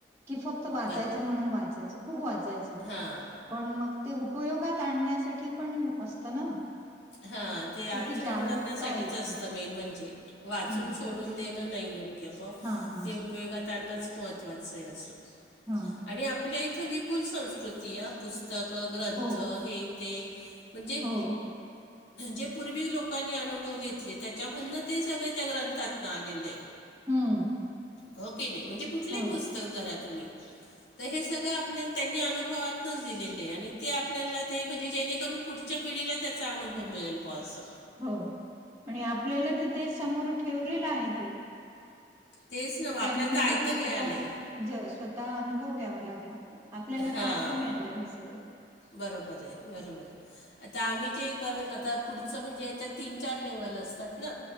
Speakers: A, on the right; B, on the left.
A: की फक्त वाचायच
B: बरोबर
A: म्हणून वाचायच. खूप वाचायच
B: हां
A: पण मग ते उपयोगात आणण्यासाठी पण असत ना?
B: हा ते आचरण
A: तर ती जागरूकता
B: करण्यासाठीच
A: येते
B: असतं
A: मग.
B: मेन म्हणजे वाचून
A: हम्म
B: सोडून देणं नाही योग्य ब
A: हा हा
B: ते उपयोगात आणणच महत्त्वाचं आहे असं.
A: हा!
B: आणि आपल्या इथं विपुल संस्कृती अ पुस् स्तक क ग्रंथ
A: हो
B: हे ते म्हणजे
A: हो
B: जे पूर्वी लोकांनी अनुभव घेतले त्याच्यामधन ते सगळ त्या ग्रंथातन आलेलं आहे
A: हम्म!
B: हो की नाही म्हणजे कुठलेही
A: हो
B: पुस्तक धरा तुम्ही तर हे सगळं आपल्या त्यांनी अनुभवातूनच दिलेले आहे आणि ते आपल्याला ते म्हणजे जेणेकरून पुढ च्या पिढीला त्याचा अनुभव मिळेल फारसा
A: हो आणि आपल्याला तर ते समोर ठेवलेलं आहे ते
B: तेच नव्ह
A: त्यांना
B: आपल्याला तर आयतं
A: तरी स्वतः
B: मिळालयं.
A: ज स्वतः अनुभव घ्यावा लागला आपल्याला
B: हां.
A: तर आयत मिळालं हे सगळं.
B: बरोबर आहे बरोबर आहे. आता आम्ही जे कर आता पुढचं म्हणजे याच्यात तीन चार लेवल असतात ना?